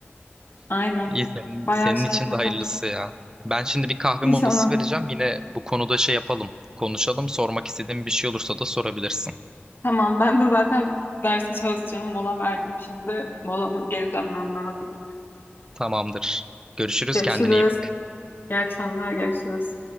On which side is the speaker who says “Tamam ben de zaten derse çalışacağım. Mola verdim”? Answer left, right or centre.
Left